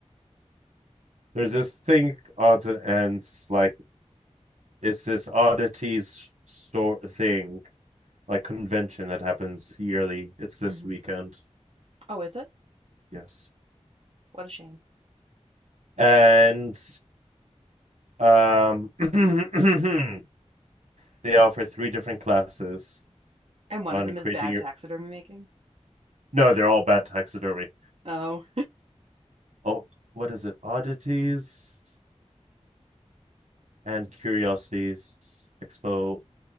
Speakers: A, on the right; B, on the right.
A: There's this thing odds and ends like it's this oddities sort thing like convention that happens yearly. It's this
B: hmm
A: weekend.
B: Oh, is it?
A: Yes.
B: What a shame.
A: And um <clears throat> they offer three different classes
B: And one
A: on
B: of them
A: creating
B: is bad
A: your
B: taxidermy making.
A: No, they're all bad taxidermy.
B: Oh.
A: Oh, what is it? Oddities and Curiosities Expo